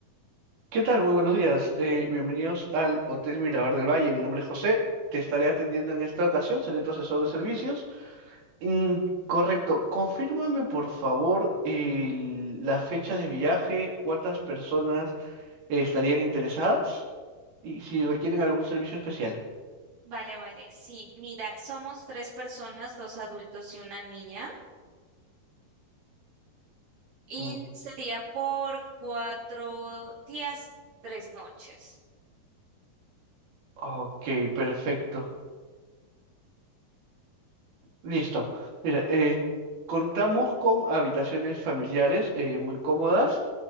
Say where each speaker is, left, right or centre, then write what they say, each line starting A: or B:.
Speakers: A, on the right (about 80°); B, on the right (about 60°).
A: ¿Qué tal? Muy buenos días. Eh, bienvenidos al Hotel Mirador del Valle. Mi nombre es José. Te estaré atendiendo en esta ocasión. Seré tu asesor de servicios. Mm, correcto. Confírmame, por favor, el- la fecha de viaje, cuántas personas eh, estarían interesadas y si requieren algún servicio especial.
B: Vale, vale. Sí, mira, somos tres personas, dos adultos y una niña. Y
A: Mm,
B: sería por cuatro días, tres noches.
A: Ok, perfecto. Listo. Mira, eh, contamos con habitaciones familiares eh, muy cómodas.